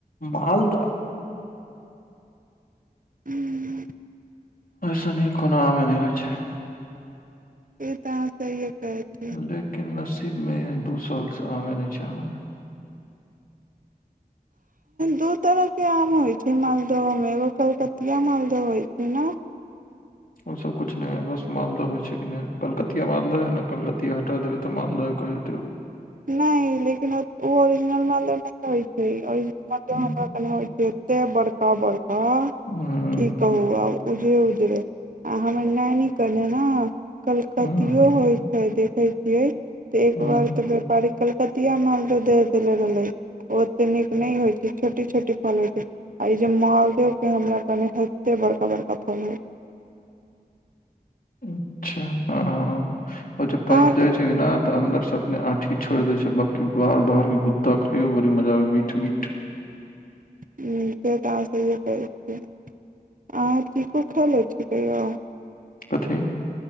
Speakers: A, on the left; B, on the right.
A: मालदा।
B: ह्म्म।
A: ओय सनी कोनो आमे ने होय छै।
B: तऽ अहाँ सहिए कहै छी
A: लेकिन नस इब मे दू साल से आमे ने छै हमर।
B: दू तरहके आम होय छै मालदो मे, एगो कलकतिया मालदा होय छै ने।
A: ओसभ किछु नहि हइ बस मालदह होइ छै कि नहि कलकतिया मालदह हइ ने कलकतिया हटा देबै तऽ मालदह एकर हेतै उ
B: नहि लेकिन ओ ओरिजिनल मालदह नहि होइ छै ई ओरिजिनल मालदह मतलब
A: हूं
B: हमरा कनी होइ छै एते बड़का बड़का ह
A: हूं
B: की कहु आ उजरे उजरे आ हमर नैनी करले न कलकतियो
A: हूं
B: होइ छै देख छै जे तऽ एक
A: हूं
B: बार तऽ ओहि कलकतिया मालदह दे है तऽ लेबले ओ ओतेक नीक नहि होइ छै छोटी छोटी फल होइ छै आ ई जे मालदके हमरा एते बड़का बड़का फल
A: अच्छा हँ आओर जब पाइक
B: अहाँ
A: जाइ छै नै तऽ अन्दर से अपने आँठी छोड़ि दै छिय बाँकी बाहर बाहरके गुद्दा खइयो बड़ी मजा आबै मीठ मीठ
B: ह से तऽ अहाँ सहिये कहय छियै अहाँ चीकू खयलो छी कहियो
A: कथी